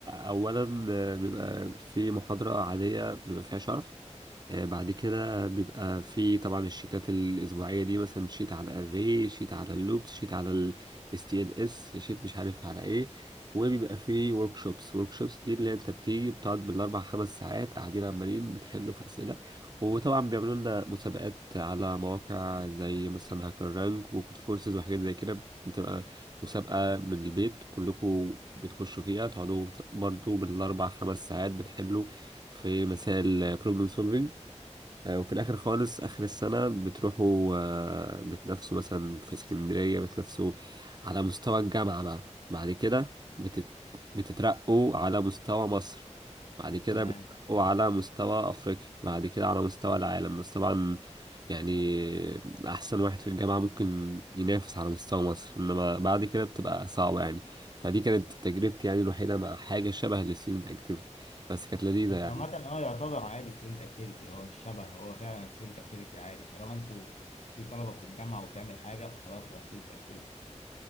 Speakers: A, on the right; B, on the left.
A: أولا آه، بيبقى في محاضرة عادية بيبقى فيها شرح آه، بعد كده بيبقى في طبعا الشيتات الأسبوعية دي مثلا شيت على الري شيت على اللوبس شيت على ال STLS شيت مش عارف على ايه وبيبقى في workshops workshops دي اللي انت بتيجي بتقعد بالأربع خمس ساعات قاعدين عمالين بتحلوا في أسئلة وطبعا بيعملوا لنا مسابقات على مواقع زي مثلا هاكر رانك وكود فورسز وحاجات زي كده بتبقى مسابقة من البيت كلكم بتخشوا فيها تقعدوا برضو بالأربع خمس ساعات بتحلوا في مسائل problem solving آه، وفي الآخر خالص آخر السنة بتروحوا آه، بتنافسوا مثلا في اسكندرية بتنافسوا على مستوى الجامعة بقى بعد كده بتت... بتترقوا على مستوى مصر بعد كده
B: تمام
A: بتترقوا على مستوى أفريقيا بعد كده على مستوى العالم بس طبعا يعني أحسن واحد في الجامعة ممكن ينافس على مستوى مصر إنما بعد كده بتبقى صعبة يعني فدي كانت تجربتي يعني الوحيدة مع حاجة شبه الستودنت أكتيفيتي بس كانت لذيذة
B: بس
A: يعني
B: عامة اه يعتبر عادي ستودنت اكتيفيتي هو مش شبه هو فعلا ستودنت اكتيفيتي عادي طالما انتوا في طلبة بتتجمع وبتعمل حاجة فخلاص هو ستودنت اكتيفيتي.